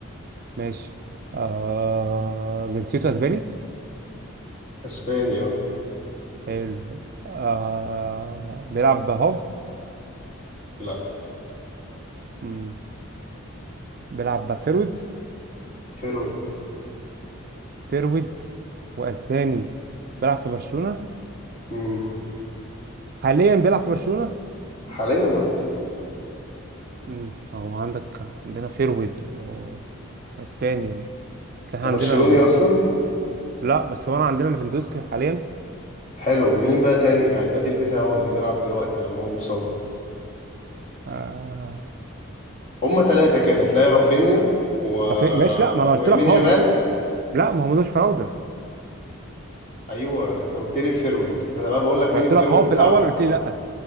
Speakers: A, on the right; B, on the left.
A: ماشي آه جنسيته اسباني
B: اسباني اه
A: حلو آه بيلعب هاف
B: لا
A: مم. بيلعب فيرود
B: فيرويد
A: فيرود واسباني بيلعب في برشلونة
B: امم
A: حاليا بيلعب في برشلونة
B: حاليا اه
A: مم. هو عندك عندنا فيرود و... واسباني و... بس احنا
B: انت
A: عندنا
B: برشلوني
A: ليفاندوسكي
B: اصلا
A: لا بس هو انا عندنا ليفاندوسكي حاليا
B: حلو مين بقى تاني يعني البديل بتاعه اللي بيلعب دلوقتي لما هو مصاب
A: آه...
B: هما ثلاثه كده تلاقي رافينيا و...
A: طب إيه؟ ماشي لا ما انا
B: ويمين
A: قلت لك هاف
B: يامال
A: لا ما هو ملوش فراوده
B: ايوه انت قلت لي فيرويد انا بقى بقول لك
A: انا
B: مين
A: قلت
B: الفيرويد
A: لك هاف
B: بتاعهم
A: في الاول قلت لي لا